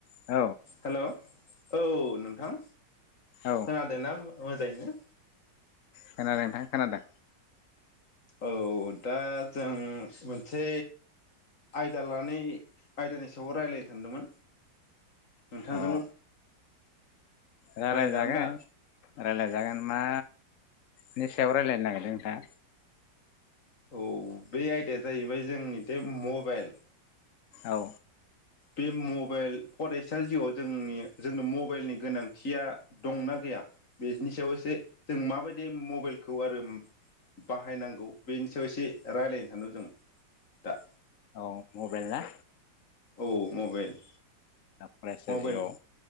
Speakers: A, on the left; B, on the left.
A: औ
B: hello hello औ नोंथां
A: औ
B: खोनादों ना मोजाङैनो?
A: खोनादों नोंथाङा खोनादों?
B: औ दा जों मोनसे आयदा लानि आयदानि सायाव रायज्लायनो सानदोंमोन नोंथांजों
A: अ रायलायजागोन
B: रायज्लायजागोन दा?
A: रायलायजागोन ना? नि सायाव रायज्लायनो नागिरदों नोंथां
B: औ बे आयदाया जाहैबाय जोंनि बे मबाइल
A: औ
B: बे मबाइल फरायसा जिउआव जोंनि जोंनो मबाइलनि गोनांथिया दंना गैया बेनि सायाव एसे जों माबायदि मबाइलखौ आरो बाहायनांगौ बेनि सायाव एसे राय्लायनो सानदों जों दा।
A: औ मबाइल ना?
B: औ मबाइल।
A: फरायसा
B: मबाइल
A: जिउआव